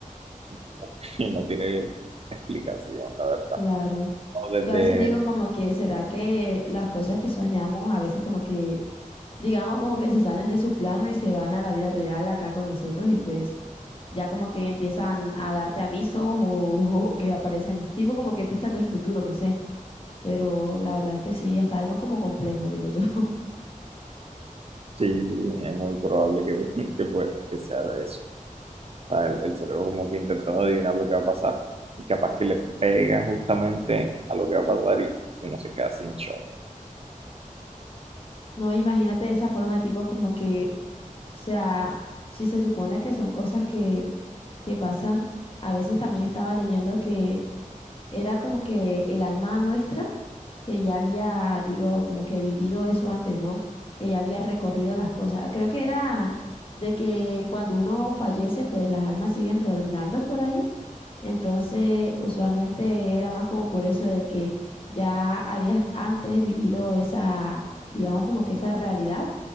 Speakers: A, on the right; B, on the left.
A: como que no tiene explicación, la verdad.
B: Claro.
A: No, desde,
B: Yo a veces digo como que, ¿será que las cosas que soñamos a veces como que, digamos como que se salen de su plano y se van a la vida real acá con nosotros y pues ya como que empiezan a darte avisos o, <laughs> o que aparecen, tipo como que pistas del futuro, no sé, pero la verdad es que sí, es algo como complejo, digo yo. <laughs>
A: sí, sí, es muy probable que, <laughs> que, pue- que sea de eso. O sea, el, el cerebro como que intentando adivinar lo que va a pasar y capaz que le pega justamente a lo que va a pasar y uno se queda sin shock.
B: No, imagínate esa forma de tipo como que, o sea, si se supone que son cosas que, que pasan, a veces también estaba leyendo que Era como que el alma nuestra, que ya había, digo, como que vivido eso antes, ¿no? Que ya había recorrido las cosas. Creo que era de que cuando uno fallece, pues las almas siguen rondando por ahí entonces, usualmente era más como por eso de que ya habías antes vivido esa, digamos como que esa realidad